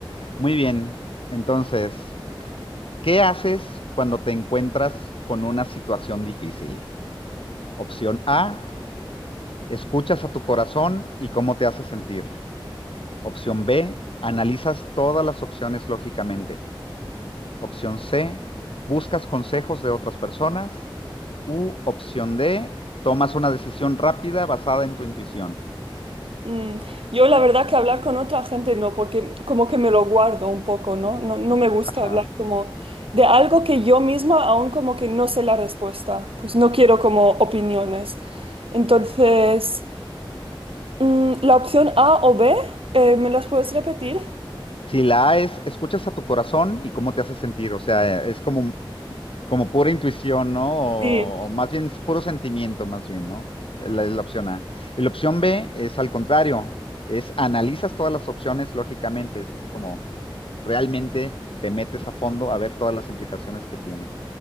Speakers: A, on the left (about 80°); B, on the right (about 90°).
A: Muy bien, entonces, ¿qué haces cuando te encuentras con una situación difícil? Opción A, escuchas a tu corazón y cómo te hace sentir. Opción B, analizas todas las opciones lógicamente. Opción C, buscas consejos de otras personas. U, opción D, tomas una decisión rápida basada en tu intuición.
B: Mm, yo la verdad que hablar con otra gente no, porque como que me lo guardo un poco, ¿no? No, no me gusta
A: Ajá.
B: hablar como de algo que yo misma aún como que no sé la respuesta, pues no quiero como opiniones. Entonces, mm, la opción A o B, eh, ¿me las puedes repetir?
A: Si la A es, escuchas a tu corazón y cómo te hace sentir. O sea, es como, como pura intuición, ¿no? O,
B: Sí.
A: o más bien es puro sentimiento, más bien, ¿no? La, la opción A. Y la opción B es al contrario, es analizas todas las opciones lógicamente, es así como realmente te metes a fondo a ver todas las implicaciones que tiene.